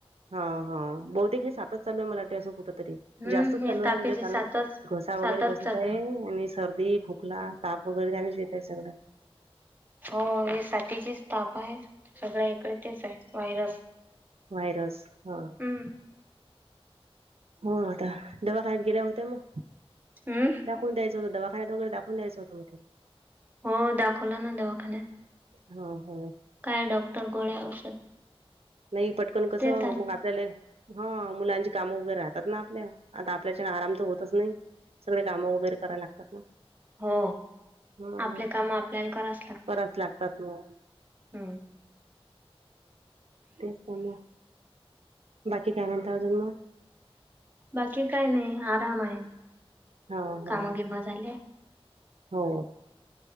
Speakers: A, on the right; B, on the right.
A: हा हा, बहुतेक हे सातच चालू आहे मला वाटते असं कुठ तरी
B: हम्म
A: जास्तच
B: हे
A: चालू आहे
B: तापीची
A: म्हणजे कारण.
B: सातच
A: घसा
B: सातच
A: वगैरे बसत
B: चालू
A: आहे, आणि सर्दी खोकला ताप वगैरे त्यानेच येत आहे सगळं.
B: हो हे साथीचीच ताप आहे, सगळ एकड तेच आहे व्हायरस.
A: व्हायरस ह.
B: हम्म.
A: हो आता दवाखाण्यात गेल्या होत्या मग?
B: हम्म.
A: दाखवून द्यायचत दवाखान्यात वगैर दाखवून दयचं होत.
B: हो दाखवला ना दवाखान्यात
A: हा हा.
B: काय डॉक्टर गोळ्या औषध.
A: नाही पटकन कसं,
B: देतात
A: मग आपल्याला हा मुलांची कामं वगैरे राहतात ना आपल्या, आता आपल्याच्यान आराम तर होतच नाही. सगळे कामं वगैरे करायला लागतात ना.
B: हो,
A: ह
B: आपले काम आपल्याला करावच लागतात.
A: कराच लागतात ना.
B: हम्म.
A: तेच काम, बाकी काय म्हणत अजून मग?
B: बाकी काय नाही आराम आहे.
A: हा हा
B: काम
A: हा,
B: गिम झाले
A: हो.